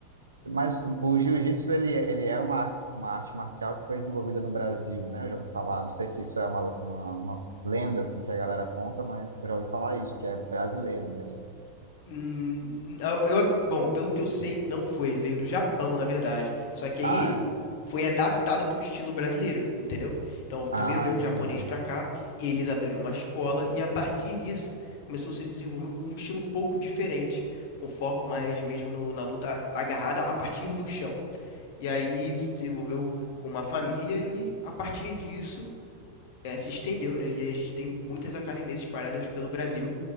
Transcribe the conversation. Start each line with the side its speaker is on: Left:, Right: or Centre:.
Right: Mas o o jiu-jitsu, ele, é- ele é uma arte, uma arte marcial que foi desenvolvida no Brasil, né? Eu já ouvi falar. Não sei se isso é uma, uma, uma lenda, assim, que a galera conta, mas eu já ouvi falar isso, que é brasileiro mesmo.
Left: Hum, eu, eu bom, pelo que eu sei, não foi. Veio do Japão, na verdade. Só que aí
Right: Ah, é?
Left: foi adaptada para o estilo brasileiro, entendeu? Então, primeiro
Right: Ah,
Left: veio
Right: entendi.
Left: um japonês para cá e eles abriram uma escola e a partir disso começou a se desenvolver um, um estilo um pouco diferente, com foco mais mesmo no- na luta agarrada a partir do chão. E aí se desenvolveu com uma família e a partir disso eh, se estendeu, né? E aí a gente tem muitas academias espalhadas pelo Brasil